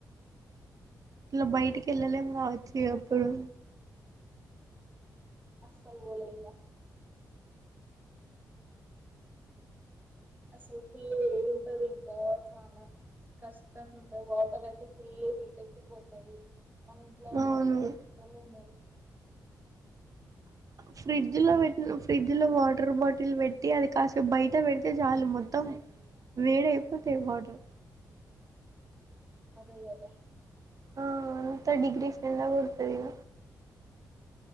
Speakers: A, on the right; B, on the right.
A: ఇలా బయటికి ఎళ్ళలేం గావచ్చు ఇగప్పుడు
B: అస్సలు పోలేం రా అస్సలు ఫుల్లు వేడున్టాందిక చానా కష్టంగుంటది వాటర్ అయితే ఫుల్ హీటెక్కిపోతాయి మన ఇంట్లో ఉన్నట్టు
A: అవును
B: ఓలు ఉండరు
A: ఫ్రిడ్జ్ లో పెట్టిన ఫ్రిడ్జ్ లో
B: ఉంటది.
A: వాటర్ బాటిల్ పెట్టి అది కాస్త బయట పెట్ అతే జాలు మొత్తం వేడయిపోతాయి వాటర్
B: అదల్దా
A: ఆ అంత డిగ్రీస్ ఎండ కొడతదిగ